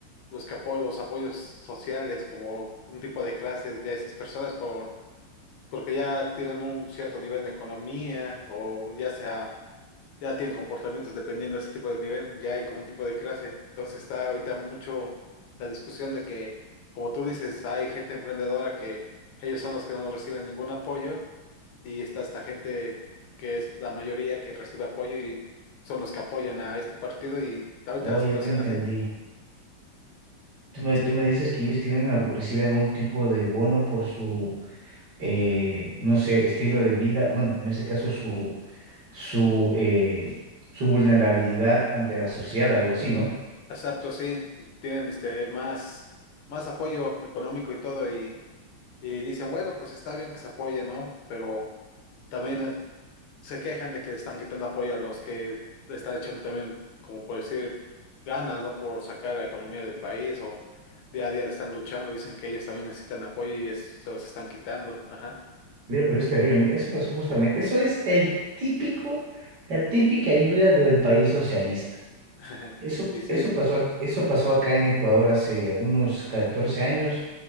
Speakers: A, on the left (about 75°); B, on the right (about 60°).
A: los que apoyo, los apoyos sociales, como un tipo de clases ya esas personas por, porque ya tienen un cierto nivel de economía o ya sea, ya tienen comportamientos dependiendo de ese tipo de nivel, ya hay como un tipo de clase. Entonces está ahorita mucho la discusión de que, como tú dices, hay gente emprendedora que ellos son los que no reciben ningún apoyo y está esta gente que es la mayoría que recibe apoyo y son los que apoyan a este partido y está ahorita
B: oh,
A: la situación
B: ya te entendí.
A: así.
B: Tú me,
A: Sí.
B: tú me dices que ellos tienen, algo- reciben algún tipo de bono por su eh, no sé, estilo de vida, bueno, en ese caso su, su, eh, su vulnerabilidad ante la sociedad, algo así, ¿no?
A: Exacto, sí, tienen este más, más apoyo económico y todo, y, y dicen, bueno, pues está bien que se apoye, ¿no? Pero también eh, se quejan de que le están quitando apoyo a los que le están echando también, como por decir, ganas, ¿no? Por sacar la economía del país o día a día le están luchando, dicen que ellos también necesitan apoyo y es- se los están quitando, ajá.
B: Mira, pero es terrible, mira, eso pasó justamente, eso es el típico, la típica ayuda del país socialista.
A: <laughs>
B: Eso,
A: Y sí,
B: eso pasó, ac- eso pasó acá en Ecuador hace unos 14 años